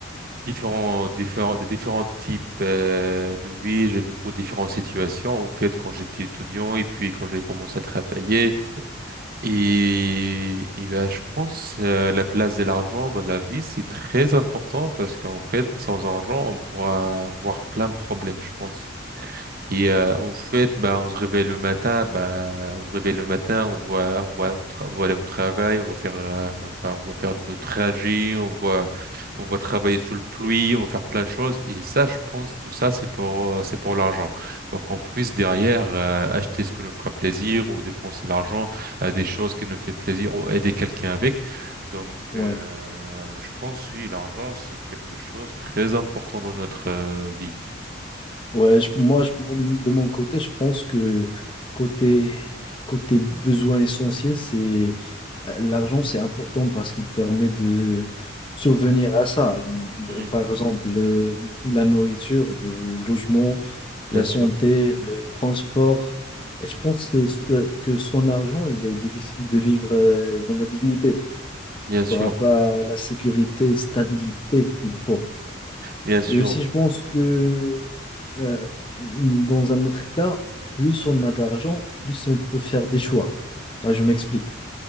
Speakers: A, on the right; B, on the left.
A: différents différents des différents types euh, de vie j'ai vécu différentes situations en fait quand j'étais étudiant et puis quand j'ai commencé à travailler et et ben je pense euh, la place de l'argent dans la vie c'est très important parce qu'en fait sans argent on pourra avoir plein de problèmes je pense et euh, en fait, bah, on se réveille le matin, bah, on se réveille le matin, on voit, on voit, au tra- on va aller au travail, on va faire, euh, enfin, on va faire de trajet, on va, on va travailler sous le pluie, on va faire plein de choses. Et ça, je pense, tout ça, c'est pour, euh, c'est pour l'argent, pour qu'on puisse derrière euh, acheter ce qui nous fera plaisir ou dépenser l'argent à des choses qui nous fait plaisir ou aider quelqu'un avec. Donc,
B: Ouais,
A: euh, je pense, oui, l'argent, c'est quelque chose de très important dans notre euh, vie.
B: ouais, je- moi, je- mon- de mon côté, je pense que côté, côté besoin essentiel, c'est euh, l'argent, c'est important parce qu'il permet de souvenir à ça. Il- bah,
A: Mhm.
B: Par exemple, le- la nourriture, le logement,
A: Bien
B: la
A: sûr,
B: santé, le transport. Et je pense que c'est- euh, que son argent, il est difficile de vivre euh, dans la dignité.
A: bien sûr.
B: Tu n'auras pas la sécurité, stabilité qu'il faut.
A: Bien sûr.
B: Et aussi, je pense que euh, dans un autre cas, plus on a d'argent, plus on peut faire des choix. Ah, je m'explique.